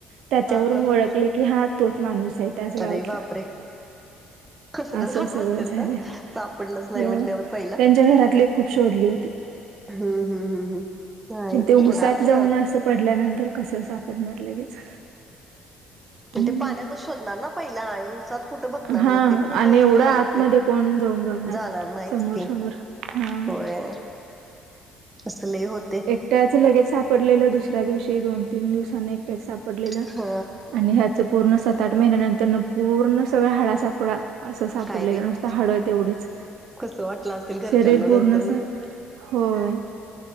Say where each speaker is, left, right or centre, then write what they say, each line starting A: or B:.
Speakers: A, on the right; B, on the right.
A: त्याच्यावरून
B: हा हा
A: ओळखले की हा तोच माणूस आहे त्याच गावातला
B: अरे बापरे कसलं
A: असं
B: झालं
A: सगळं
B: असेल
A: झाले
B: ना सापडलंच नाही
A: हो
B: म्हणल्यावर पहिला
A: त्यां त्या घरातले खूप शोधली.
B: हम्म हम्म हम्म हम्म. नाही
A: मग ते
B: पुरात
A: उसात जाऊन असं पडल्यानंतर कसं सापडणार लगेच.
B: पण
A: हम्म
B: ते पाण्यात शोधणार ना पहिला आणि उसात कुठं बघणार
A: हा
B: मग ते असं
A: आणि एवढं
B: झालं.
A: आतमध्ये कोण जाऊन बघणार
B: जाणार नाहीच
A: समोर
B: की
A: समोर हा
B: होय. असले होते.
A: त्याच लगेच सापडलेलं दुसऱ्या दिवशी दोन तीन दिवसांनी एकट्याच सापडलेलं
B: हा.
A: आणि पूर्ण सात आठ महिन्यानंतर पूर्ण सगळा हंडा सापळा असं सापडलेलं
B: काय रे बा
A: नुसतं हाडं तेवढीच
B: कसं वाटलं असेल घरच्यांना
A: शरीर पूर्ण
B: नंतर
A: अस.
B: न
A: होय